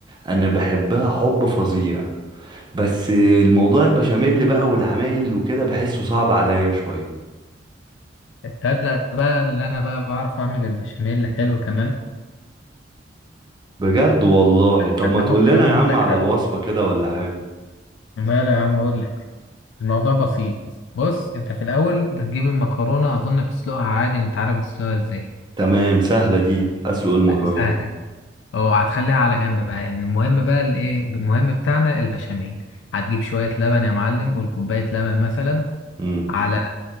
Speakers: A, on the right; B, on the left.
A: انا بحبها حب فظيع بس الموضوع البشاميل بقى والعمايل وكده بحسه صعب عليا شويه
B: تصدق بقى اللي انا بقى بعرف اعمل البشاميل حلو كمان
A: بجد والله
B: حتى
A: طب ما تقول
B: ممكن
A: لنا
B: اقوله
A: يا عم
B: لك
A: على
B: حتى
A: الوصفه كده ولا حاجه
B: ماله يا عم اقول لك الموضوع بسيط بص انت في الاول بتجيب المكرونه اظن بتسلقها عادي وانت عارف بتسلقها ازاي
A: تمام سهله دي اسلق المكرونه
B: سهله دي اه هتخليها على جنب بقى إن المهم بقى الايه المهم بتاعنا البشاميل هتجيب شويه لبن يا معلم قول كوبايه لبن مثلا
A: مم.
B: على